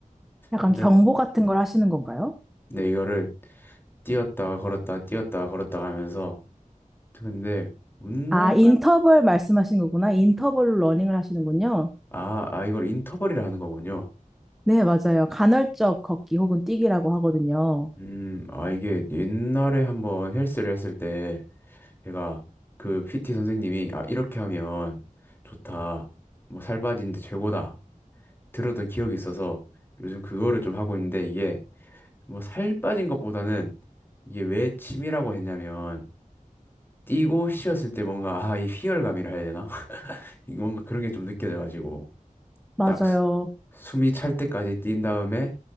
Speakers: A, in the centre; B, on the left (about 15°).
A: 약간
B: 살짝,
A: 경보 같은 걸 하시는 건가요?
B: 네, 이거를 뛰었다, 걸었다, 뛰었다, 걸었다 하면서, 근데, 운동
A: 아, 인터벌 말씀하시는 거구나. 인터벌로 러닝을 하시는군요.
B: 아, 아, 이걸 인터벌이라 하는 거군요.
A: 네, 맞아요. 간헐적 걷기 혹은 뛰기라고 하거든요.
B: 음, 아, 이게 옛날에 한번 헬스를 했을 때 제가 그 PT 선생님이 아, 이렇게 하면 좋다. 뭐 살 빠지는데 최고다. 들었던 기억이 있어서 요즘 그거를 좀 하고 있는데 이게 뭐 살 빠진 것보다는 이게 왜 취미라고 했냐면 뛰고 쉬었을 때 뭔가 아, 이 희열감이라 해야 되나? <laughs> 이 뭔가 그런 게 좀 느껴져가지고
A: 맞아요.
B: 딱 스- 숨이 찰 때까지 뛴 다음에